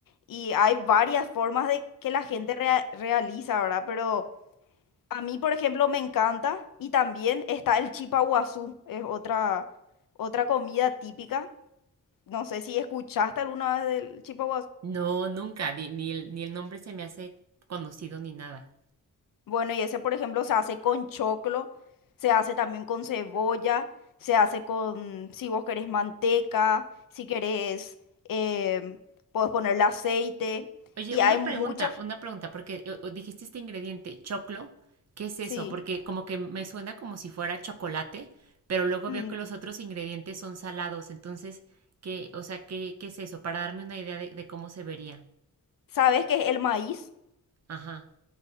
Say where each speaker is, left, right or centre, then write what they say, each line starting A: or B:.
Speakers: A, on the left; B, on the right.
A: y hay varias formas de que la gente rea- realiza, ¿verdad? Pero a mí, por ejemplo, me encanta y también está el chipa guazú, es otra, otra comida típica no sé si escuchaste alguna vez del chipa
B: No, nunca, di- ni el, ni el nombre se me hace conocido ni nada.
A: Bueno, y ese, por ejemplo, se hace con choclo, se hace también con cebolla, se hace con, si vos querés, manteca, si querés, em, podés ponerle aceite.
B: Oye,
A: Y
B: una
A: hay muchas,
B: pregunta, una pregunta, porque o- o dijiste este ingrediente, choclo, ¿qué es eso?
A: sí.
B: Porque como que me suena como si fuera chocolate, pero luego
A: Mm,
B: veo que los otros ingredientes son salados, entonces, ¿qué, o sea, qué, qué es eso? Para darme una idea de, de cómo se vería.
A: ¿Sabes qué es el maíz?
B: Ajá.